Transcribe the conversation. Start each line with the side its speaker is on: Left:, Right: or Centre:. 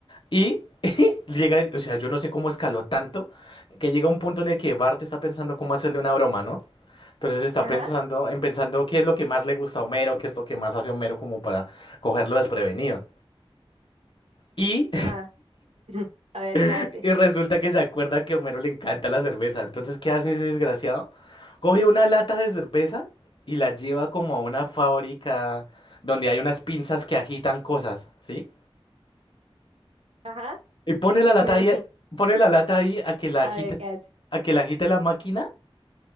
Left: Y llega, el- o sea, yo no sé cómo escaló tanto, que llega un punto en el que Bart está pensando cómo hacerle una broma, ¿no? Entonces está
Right: Ajá.
Left: pensando en pensando qué es lo que más le gusta a Homero, qué es lo que más hace Homero como para cogerlo desprevenido. Y,
Right: Ajá. <laughs> A ver
Left: <laughs>
Right: qué hace.
Left: y resulta que se acuerda que a Homero le encanta la cerveza. Entonces, ¿qué hace ese desgraciado? Coge una lata de cerveza y la lleva como a una fábrica donde hay unas pinzas que agitan cosas, ¿sí?
Right: Ajá.
Left: Y pone la lata
Right: Me,
Left: ahí,
Right: <laughs>
Left: pone la lata ahí a que la
Right: a
Left: agite,
Right: ver qué hace.
Left: a que la agite la máquina